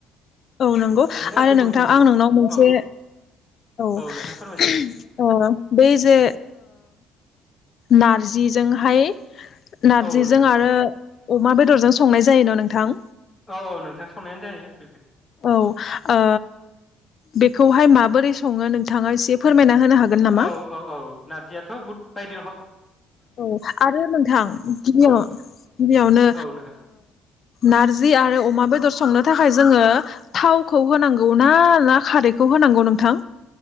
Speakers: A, on the left (about 45°); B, on the left (about 20°).
A: औ नंगौ
B: दे बेनो
A: आरो
B: गुबुन
A: नोंथां
B: गुबुन
A: आं नोंनाव मोनसे
B: औ
A: औ
B: औ नोंथां फोरमायजायो
A: बै जे नारजि जिजोंहाय नारजिजों
B: औ नोंथां
A: आरो अमा बेदरजों संनाय जायो न' नोंथां।
B: औ औ नोंथां संनायानो जायो बे।
A: औ ओ। बेखौहाय माबोरै सङो नोंथाङा एसे फोरमायना होनो हागोन नामा?
B: औ औ औ नारजियाथ' बु बाइदि।
A: औ आरो नोंथां गिबियाव
B: औ औ
A: गिबियावनो
B: औ नोंथां
A: नारजि आरो अमा बेदर संनो थाखाय थाखाय जोङो थावखौ होनांगौ ना ना खारैखौ होनांगौ नोंथां।